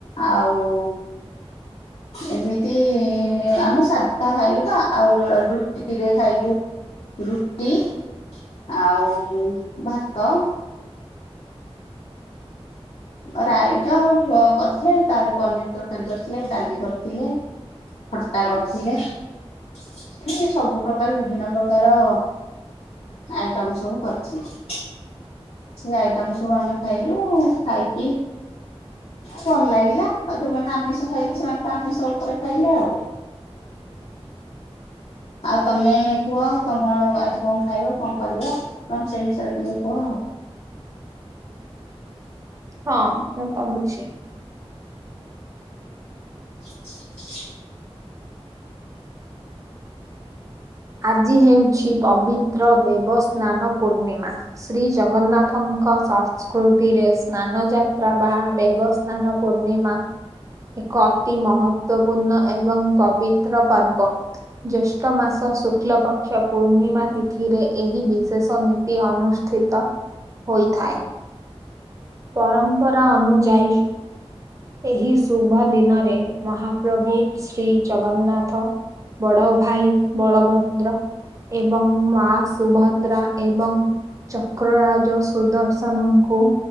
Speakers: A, on the left (about 70°); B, on the right (about 30°).
A: ଆଉ ଏମିତି ଆମେ ସାଧା ସାଧା ଖାଇଲୁ ତ ଆଉ ରୁଟିରେ ଖାଇଲୁ ରୁଟି ଆଉ ମୁଁ ଭାତ ରାଇଚ ଆଉ ପ କରିଥିଲେ ତାପରେ ପନିର ତରକାରୀ କରିଥିଲେ ଡାଲି କରିଥିଲେ। ଖଟ୍ଟା କରିଥିଲେ ସେ ସବୁ ପ୍ରକାର ବିଭିନ୍ନ ପ୍ରକାରର ଆଇଟମ ସବୁ କରିଥିଲେ। ସେ ଆଇଟମ ସବୁ ଆମେ ଖାଇଲୁ। ହଁ ଖାଇକି ଭଲ ଲାଗିଲା, ଆଉ ଯୋଉମାନେ ଆମିଷ ଖାଇଲେ ସେମାନେ ତା ପରେ ସବୁ ପରେ ଖାଇଲେ ଆଉ। ଆଉ ତମେ କୁହ ତମର ଆଜି କଣ ଖାଇବ କଣ କରିବ ତମେ ସେ ବିଷୟରେ ଟିକେ କୁହ ଆଉ?
B: ହଁ ମୁଁ କହୁଛି।
A: <inaudible>
B: ଆଜି ହେଉଛି ପବିତ୍ର ଦେବସ୍ନାନ ପୂର୍ଣ୍ଣିମା। ଶ୍ରୀ ଜଗନ୍ନାଥଙ୍କ ଶା କୃତିରେ ସ୍ନାନ ଯାତ୍ରା ବା ଦେବସ୍ନାନ ପୂର୍ଣ୍ଣିମା। ଏକ ଅତି ମହତ୍ଵପୂର୍ଣ୍ଣ ଏବଂ ପବିତ୍ର ପର୍ବ। ଜ୍ୟେଷ୍ଠ ମାସ ସୁ ଶୁକ୍ଲ ପକ୍ଷ ପୂର୍ଣ୍ଣିମା ତିଥିରେ ଏହି ବିଶେଷ ନୀତି ଅନୁଷ୍ଠିତ। ହୋଇଥାଏ। ପରମ୍ପରା ଅନୁଯାୟୀ ଏହି ଶୁଭ ଦିନରେ ମହାପ୍ରଭୁ ଶ୍ରୀ ଜଗନ୍ନାଥ ବଡ଼ ଭାଇ ବଳଭଦ୍ର। ଏବଂ ମା ସୁଭଦ୍ରା ଏବଂ ଚକ୍ରରାଜ ସୁଦର୍ଶନଙ୍କୁ